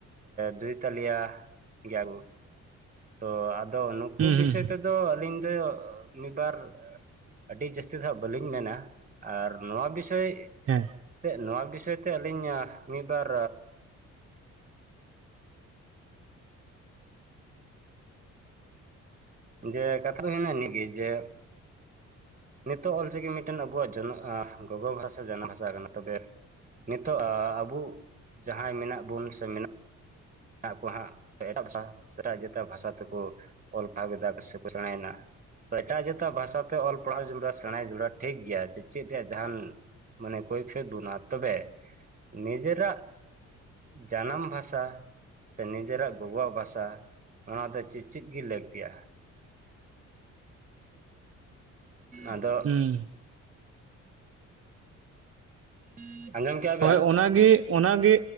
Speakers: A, on the right; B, on the right.
A: ᱫᱩᱭ ᱛᱟᱞᱤᱭᱟ ᱜᱮᱭᱟᱵᱩ ᱛᱚ ᱟᱫᱚ ᱱᱩᱠᱩ
B: ᱦᱩᱸ
A: ᱵᱤᱥᱚᱭ
B: ᱦᱩᱸ
A: ᱛᱮᱫᱚ ᱟᱹᱞᱤᱧ ᱫᱚ ᱢᱤᱫᱵᱟᱨ ᱟᱹᱰᱤ ᱡᱟᱹᱥᱛᱤ ᱫᱚ ᱦᱟᱸᱜ ᱵᱟᱹᱞᱤᱧ ᱢᱮᱱᱟ ᱟᱨ ᱱᱚᱣᱟ ᱵᱤᱥᱚᱭ
B: ᱦᱮᱸ
A: ᱪᱮᱫ ᱱᱚᱣᱟ ᱵᱤᱥᱚᱭ ᱛᱮ ᱟᱹᱞᱤᱧ ᱢᱤᱫᱵᱟᱨ ᱡᱮ ᱠᱟᱛᱷᱟ ᱫᱚ ᱦᱮᱱᱟ ᱤᱱᱟᱹᱜᱮ ᱡᱮ ᱱᱤᱛᱚᱜ ᱚᱞ ᱪᱤᱠᱤ ᱢᱤᱫᱴᱮᱱ ᱟᱵᱚᱣᱟᱜ ᱡ ᱜᱚᱜᱚ ᱵᱷᱟᱥᱟ ᱥᱮ ᱡᱟᱱᱟᱢ ᱵᱷᱟᱥᱟᱜ ᱠᱟᱱᱟ ᱛᱚᱵᱮ ᱱᱤᱛᱚᱜ ᱟᱵᱚ ᱡᱟᱦᱟᱸᱭ ᱢᱮᱱᱟᱜ ᱵᱩᱱ ᱥᱮ ᱢᱮᱱᱟᱜ ᱟᱠᱚ ᱦᱟᱸᱜ ᱮᱴᱟᱜ, ᱮᱴᱟᱜ ᱵᱷᱟᱥᱟ ᱛᱮᱠᱚ ᱚᱞ ᱯᱟᱲᱦᱟᱣ ᱮᱫᱟ ᱥᱮᱠᱚ ᱥᱮᱬᱟᱭᱮᱱᱟ ᱾ ᱛᱚ ᱮᱴᱟᱜ ᱡᱟᱹᱛᱟᱜ ᱵᱷᱟᱥᱟ ᱛᱮ ᱚᱞ ᱯᱟᱲᱦᱟᱣ ᱡᱚᱲᱟ ᱥᱮᱬᱟ ᱡᱩᱲᱟ ᱴᱷᱤᱠ ᱜᱮᱭᱟ ᱪᱮᱫ ᱨᱮᱭᱟᱜ ᱡᱟᱦᱟᱱ ᱢᱟᱱᱮ ᱠᱚᱭᱯᱳᱫ ᱵᱩᱱᱟ ᱛᱚᱵᱮ ᱱᱤᱡᱮᱨᱟᱜ ᱡᱟᱱᱟᱢ ᱵᱷᱟᱥᱟ ᱥᱮ ᱱᱤᱡᱮᱨᱟᱜ ᱜᱚᱜᱚ ᱵᱷᱟᱥᱟ ᱾ ᱚᱱᱟ ᱫᱚ ᱪᱮᱫ ᱪᱮᱫ ᱜᱮ ᱞᱟᱹᱠᱛᱤᱜᱼᱟ? ᱟᱫᱚ
B: ᱦᱩᱸ
A: <inaudible> ᱵᱮᱱ
B: ᱦᱳᱭ ᱚᱱᱟᱜᱮ, ᱚᱱᱟᱜᱮ,